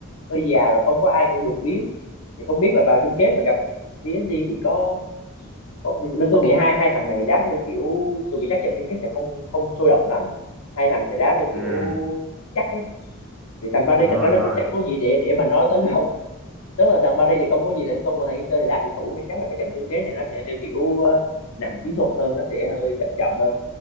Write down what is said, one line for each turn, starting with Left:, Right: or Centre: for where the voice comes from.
Left: hơi già rồi không có ai kiểu đột biến thì không biết là vào chung kết mà gặp PSG thì có, có bên tôi nghĩ hai hai thằng này đá theo kiểu tôi nghĩ chắc trận chung kết sẽ không không sôi động lắm hai thằng sẽ đá theo
Centre: ừm,
Left: kiểu chắc ấy thì thằng Paris
Centre: đúng
Left: thật
Centre: rồi
Left: ra nó
Centre: đúng rồi
Left: cũng chẳng có gì để để mà nó tấn công tức là thằng Paris thì không có gì để tấn công còn thằng Inter thì đá kiểu thủ nên chắc là cái trận chung kết này nó sẽ theo kiểu ờ, nặng chiến thuật hơn nó sẽ hơi chậm chậm hơn